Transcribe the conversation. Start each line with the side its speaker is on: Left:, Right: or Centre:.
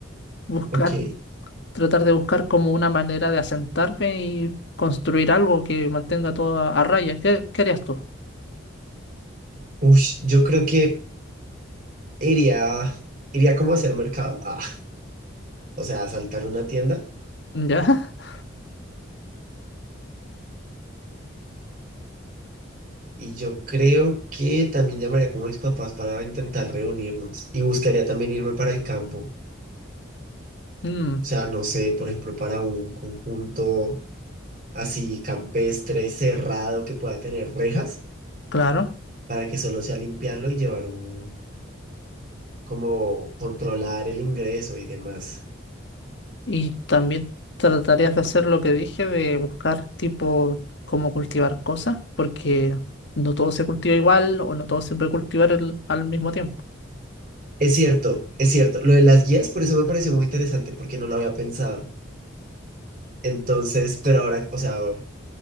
Left: buscar
Right: Ok.
Left: tratar de buscar como una manera de asentarme y construir algo que mantenga todo a, a raya. ¿Qué, qué harías tú?
Right: Ush, yo creo que iría, iría como a hacer mercado. Ah. O sea, a saltar una tienda
Left: ¿Ya? <laughs>
Right: Y yo creo que también llamaría como a mis papás para intentar reunirnos y buscaría también irme para el campo. O
Left: Mm,
Right: sea, no sé, por ejemplo, para un conjunto así campestre, cerrado, que pueda tener rejas,
Left: claro.
Right: para que solo sea limpiarlo y llevar un, como controlar el ingreso y demás.
Left: Y también tratarías de hacer lo que dije, de buscar tipo cómo cultivar cosas, porque no todo se cultiva igual o no todo se puede cultivar el- al mismo tiempo.
Right: Es cierto, es cierto. Lo de las guías, por eso me pareció muy interesante, porque no lo había pensado. Entonces, pero ahora, o sea,